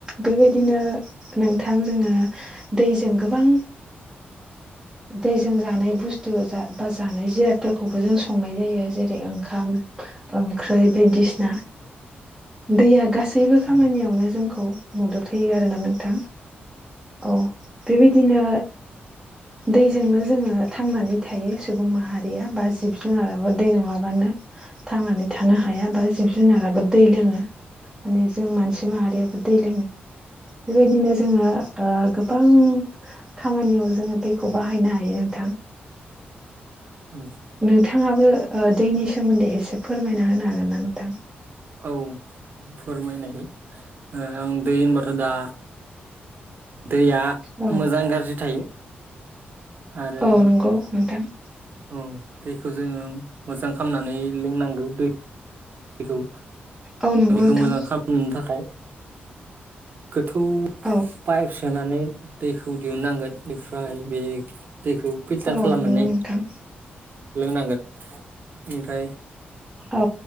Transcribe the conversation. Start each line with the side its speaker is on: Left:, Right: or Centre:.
Centre: बेबायदिनो नोंथां जोङो दैजों गोबां दैजों जानाय बुस्थु बा जानाय जे फोरखौबो जों संनाय जायो जेरै ओंखाम ओंख्रि बायदिसिना दैया गासै बो खामानियावनो
Right: औ
Centre: जोंखौ मदद होयो आरोना नोंथां औ बेबायदिनो दैजोंनो जोङो थांनानै थायो सुबुं माहारि या बा जिब जुनाराबो दै नङाबानो थांनानै थानो हाया बा जिब जुनाराबो दै लोङो माने जों मानसि माहारियाबो दै लोङो बेबायदिनो जोङो गोबां खामानियाव
Right: औ
Centre: जोङो दैखौ बाहायनो हायो नोंथां
Right: औ
Centre: नोंथाङाबो दैनि सोमोन्दै एसे फोरमायना होनो हागोन ना नोंथां?
Right: औ फोरमायनायनि आं दै होनबाथ' दा दैया
Centre: औ
Right: मोजां गाज्रि थायो आरो
Centre: औ नंगौ नोंथां
Right: औ दैखौ जोङो मोजां खालामनानै लोंनांगौ दैखौ जों
Centre: औ नंगौ
Right: बेखौ
Centre: नोंथां
Right: मोजां खालामनो थाखाय थौ
Centre: औ
Right: पाइप सोनानै दैखौ दिहुननांगोन बेनिफ्राय बे दैखौ फिल्टार
Centre: औ
Right: खालामनानै
Centre: नंगौ नोंथां
Right: लोंनांगोन ओमफाय
Centre: औ